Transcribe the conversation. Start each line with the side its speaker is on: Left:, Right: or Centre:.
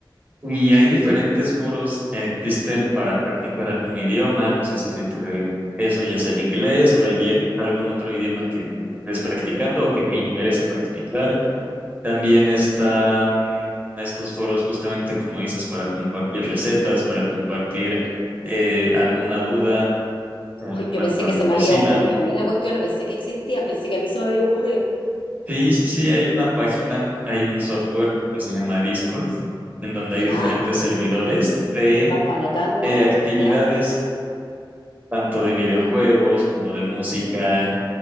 Right: Y hay diferentes foros eh, existen para practicar algún idioma. No sé si se te- eso ya es el inglés o alguien, algún otro idioma que estés practicando o que te interese practicar. También están estos foros justamente como dices para compartir recetas, para compartir eh, alguna duda En
Left: Ay,
Right: cuanto
Left: Yo pensé
Right: a
Left: que
Right: la
Left: se
Right: cocina,
Left: me había ocurrido a mí la cuestión, no pensé que existían, pensé que a mí se me había ocurrido.
Right: sí, sí, sí, hay una página, hay un software que se llama Discord, en donde
Left: Ya,
Right: hay diferentes servidores de
Left: vamos anotando,
Right: eh, actividades,
Left: ya,
Right: tanto de videojuegos como de música.